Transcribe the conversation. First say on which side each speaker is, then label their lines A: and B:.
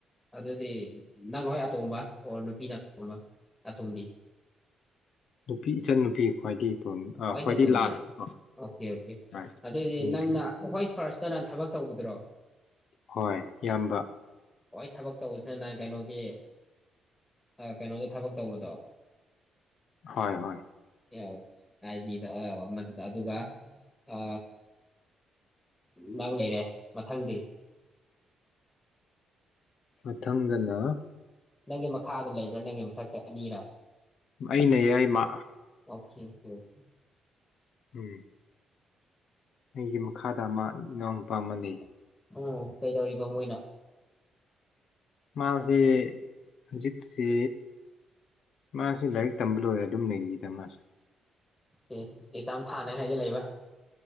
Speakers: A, on the left (about 15°); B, on the left (about 65°).
A: ꯑꯗꯨꯗꯤ ꯅꯪ ꯍꯣꯏ ꯑꯇꯣꯝꯕ ꯑꯣꯔ ꯅꯨꯄꯤꯅ ꯑꯇꯣꯝꯕ ꯑꯇꯣꯝꯕꯤ
B: ꯅꯨꯄꯤ ꯏꯆꯟ ꯅꯨꯄꯤ ꯈ꯭ꯋꯥꯏꯗꯒꯤ ꯏꯇꯣꯟ ꯑ
A: ꯍꯣꯏꯗ
B: ꯈ꯭ꯋꯥꯏꯗꯒꯤ
A: ꯇꯣꯝꯕꯤꯌꯣ
B: ꯂꯥꯁꯅꯤꯀꯣ ꯍꯣꯏ
A: ꯑꯣꯀꯦ ꯑꯣꯀꯦ
B: ꯏꯆꯟ
A: ꯑꯗꯨꯑꯣꯗꯤ
B: ꯅꯨꯄꯤ
A: ꯅꯪꯅ ꯍꯣꯏ ꯐꯥꯔꯁ ꯆꯠꯇꯅ ꯊꯕꯛ ꯇꯧꯕꯗ꯭ꯔꯣ
B: ꯍꯣꯏ ꯏꯟꯕ
A: ꯍꯣꯏ ꯊꯕꯛ ꯇꯧꯕꯁꯤꯅ ꯅꯍꯪ ꯀꯩꯅꯣꯒꯤ ꯀꯩꯅꯣꯗ ꯊꯕꯛ ꯇꯧꯕꯗꯣ
B: ꯍꯣꯏ ꯍꯣꯏ
A: ꯌꯥꯎ ꯍꯥꯏꯥꯏ ꯃꯤꯗ ꯑꯕ ꯑꯃꯗꯨꯗ ꯑꯗꯨꯒ ꯑ ꯅꯪ ꯂꯩꯔꯦ ꯃꯊꯪꯗꯤ
B: ꯃ ꯊꯪꯒꯅꯥ
A: ꯅꯪꯒꯤ ꯃꯈꯥꯗ ꯂꯩꯕ꯭ꯔꯥ ꯅꯪꯒꯤ ꯃꯊꯛꯇ ꯑꯅꯤꯔ
B: ꯑꯩꯅ ꯌꯥꯏꯃ
A: ꯑꯣꯀꯦ ꯑꯣꯀꯦ ꯑꯣꯀꯦ
B: ꯎꯝ ꯑꯩꯒꯤ ꯃꯈꯥꯗ ꯑꯃ ꯅꯝ ꯄꯥꯝꯃ ꯂꯩ
A: ꯎꯝ ꯀꯩꯗꯧꯔꯤꯕꯔꯤꯕꯣ ꯃꯣꯏꯅ
B: ꯃꯥꯁꯤ ꯍꯧꯖꯤꯠꯁꯤ ꯃꯥꯁꯤ ꯂꯩꯥꯏ ꯇꯝꯕ ꯂꯣꯏꯔꯦ ꯑꯗꯨꯝ ꯂꯩꯒꯤꯗ ꯃꯥꯁꯦ
A: ꯑꯣꯦ ꯑꯦꯛꯖꯥꯝ ꯊꯥꯅꯉꯥꯏꯒ ꯂꯩꯕ